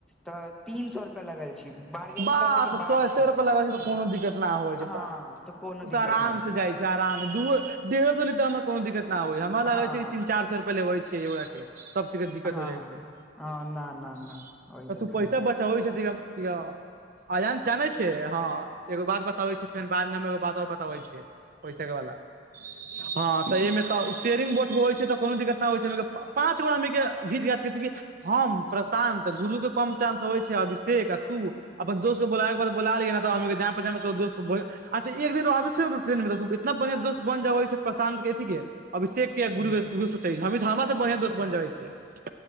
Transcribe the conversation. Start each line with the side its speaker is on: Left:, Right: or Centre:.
Centre: तऽ तीन सौ रुपआ लगल छै बारगेनिंग
Right: बाह
Centre: करेला के
Right: तऽ
Centre: बाद
Right: सए
Centre: छै
Right: सए रुपआ लगै छै तऽ कोनो दिक्कत न होइ छै
Centre: हँ
Right: बाह
Centre: तऽ कोनो
Right: ओ
Centre: दिक्कत
Right: आराम
Centre: न
Right: से
Centre: छै
Right: जाइ आराम दूओ डेढ़ो सौ लीत हमरा कोनो दिक्कत होई हमरा
Centre: हँ
Right: लागे छै कि तीन चार सौ रुपया लेबै छै एक गोरा के तब तैका दिक्कत
Centre: हँ
Right: हो जाइ छै त
Centre: हँ न न न ओहि लेखा
Right: तू पैसा
Centre: न
Right: बचाबै छै कि अ अयान चा नै छे हँ एगो बात बताबै छे फेर बादमे हम एगो बात और बताबै छै पैसा के वाला हँ तऽ एहिमे त उ स् टेरिंग बोट होइ छै तऽ कोनो दिक्कत नहि होइ छै पाँच गोरा हमनी के घीच घाघ कहे छैकी हम प्रशानं त गुरु के कम चांस होइ छै अभिषेक आ तू अपन दोस्त के बोलाय के बा त बोला लिय न तऽ हमनि के जान पेहचान में तोहर अच्छा एक दिन रहबै छै न तु ट्रेन मे त इतना बढ़िआं दोस बनजाबै छै प्रशांतके अथि के अभिषेक के या
Centre: हँ
Right: गुरु के तूहे सोचैछे हमरा से बढ़ियां दोस्त बन जाइ छै